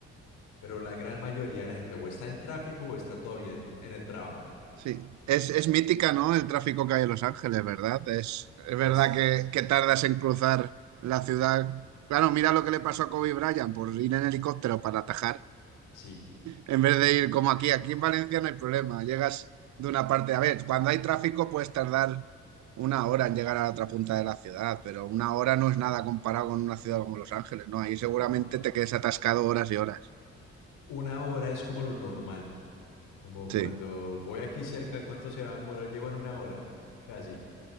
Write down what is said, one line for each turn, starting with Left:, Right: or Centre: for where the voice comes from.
Left: pero la gran mayoría de la gente o está en tráfico o está todavía en, en el trabajo.
Right: sí. Es, es mítica, ¿no? El tráfico que hay en Los Ángeles, ¿verdad? Es, es
Left: Es,
Right: verdad que, que tardas en cruzar la ciudad. Claro, mira lo que le pasó a Kobe Bryant por ir en helicóptero para atajar.
Left: sí,
Right: En vez de ir como aquí, aquí en Valencia no hay problema, llegas de una parte, a ver, cuando hay tráfico puedes tardar una hora en llegar a la otra punta de la ciudad, pero una hora no es nada comparado con una ciudad como Los Ángeles, ¿no? Ahí
Left: no.
Right: seguramente te quedes atascado horas y horas.
Left: Una hora es como lo normal, como
Right: Sí,
Left: cuando voy aquí cerca, ¿cuánto se va a demorar? Llego en una hora, casi.